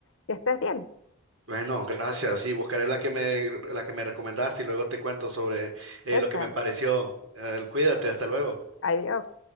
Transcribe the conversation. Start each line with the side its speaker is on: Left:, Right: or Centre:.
Left: que estés bien.
Right: Bueno, gracias. Sí, buscaré la que me, la que me recomendaste y luego te cuento sobre eh,
Left: Esa.
Right: lo que me pareció. Eh, cuídate, hasta luego.
Left: Adiós.